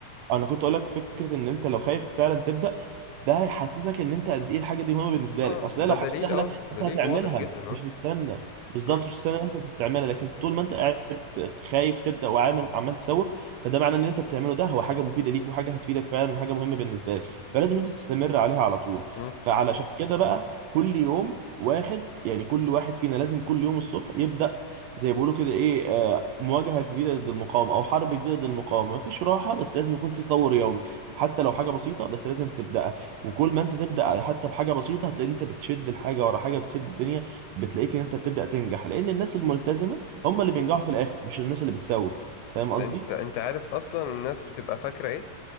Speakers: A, on the right; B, on the left.
A: انا كنت اقول لك فكره ان انت لو خايف فعلا تبدا ده هيحسسك ان انت قد ايه الحاجه دي مهمه بالنسبه
B: اه
A: لك اصل هي
B: ده
A: لو حاجه
B: دليل
A: سهله
B: اه
A: انت
B: دليل
A: هتعملها
B: واضح جدا اه
A: مش تستنى بالظبط
B: مم.
A: مش تستنى إن انت تعملها لكن طول ما انت قاعد خايف تبدا وعامل عمال تسوف فده معناه ان انت بتعمله ده هو حاجه مفيده ليك وحاجه هتفيدك فعلا وحاجه مهمه بالنسبه لك فلازم انت تستمر عليها على طول
B: مم.
A: فعلشان كده بقى كل يوم واحد يعني كل واحد فينا لازم كل يوم الصبح يبدا زي ما بيقولوا كده ايه آه، مواجهة جديدة ضد المقاومة أو حرب جديدة ضد المقاومة مفيش راحة بس لازم يكون في تطور يومي حتى لو حاجة بسيطة بس لازم تبدأها وكل ما أنت تبدأ حتى بحاجة بسيطة هتلاقي إن أنت بتشد الحاجة ورا حاجة بتسد الدنيا بتلاقيك إن أنت بتبدأ تنجح لأن الناس الملتزمة هم اللي بينجحوا في الآخر مش الناس اللي بتسوف فاهم قصدي؟
B: انت انت عارف اصلا الناس بتبقى فاكره ايه